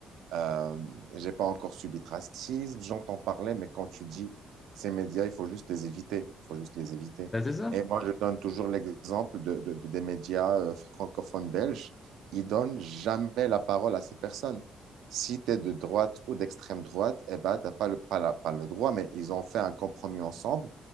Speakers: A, on the right (about 85°); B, on the left (about 25°).
A: Euh, j'ai pas encore subi de racisme, j'entends parler, mais quand tu dis ces médias, il faut juste les éviter, il faut juste les éviter.
B: Bah, c'est ça.
A: Et moi, je donne toujours l'exemple de, de- de- des médias euh, francophones belges, ils donnent jamais la parole à ces personnes. Si tu es de droite ou d'extrême droite, eh ben, t'as pas le, pas la- pas le droit, mais ils ont fait un compromis ensemble